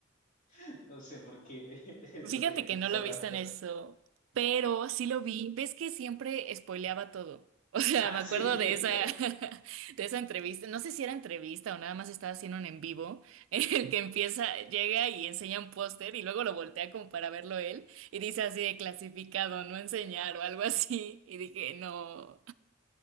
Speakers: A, on the left; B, on the right.
A: <laughs> no sé por qué <laughs> eso
B: Fíjate
A: me gusta
B: que no lo
A: tanto.
B: viste en eso, pero sí lo vi. ¿Ves que siempre spoileaba todo? <laughs> O sea,
A: Ah,
B: me
A: sí.
B: acuerdo
A: <laughs>
B: de esa, <laughs> de esa entrevista. No sé si era entrevista o nada más estaba haciendo un en vivo, <laughs> en el que empieza, llega y enseña un póster y luego lo voltea como para verlo él y dice así de clasificado, no enseñar o algo así. Y dije, no,